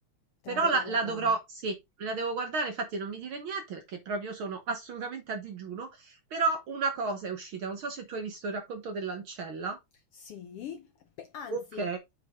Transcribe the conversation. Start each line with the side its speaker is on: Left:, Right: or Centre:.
Left: te
Right: Però
Left: la devi
Right: la,
Left: guardare.
Right: la dovrò, sì, la devo guardare, infatti non mi dire niente perché proprio sono assolutamente a digiuno, però una cosa è uscita, non so se tu hai visto il racconto dell'ancella.
Left: Sì, pe- anzi,
Right: Ok.